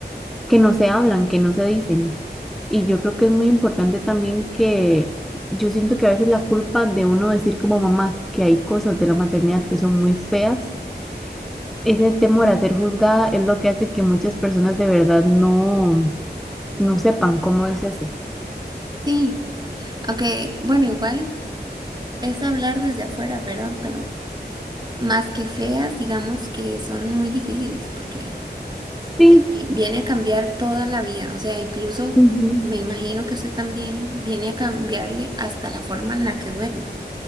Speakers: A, in the centre; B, on the right.
A: que no se hablan, que no se dicen. Y yo creo que es muy importante también que yo siento que a veces la culpa de uno decir como mamá que hay cosas de la maternidad que son muy feas, ese temor a ser juzgada es lo que hace que muchas personas de verdad no, no sepan cómo es eso.
B: Sí. Aunque, bueno, igual es hablar desde afuera, ¿verdad? Pero más que feas, digamos que son muy difíciles porque
A: Sí,
B: eh, viene a cambiar toda la vida. O sea, incluso
A: ujú.
B: me imagino que usted también viene a cambiarle hasta la forma en la que duerme.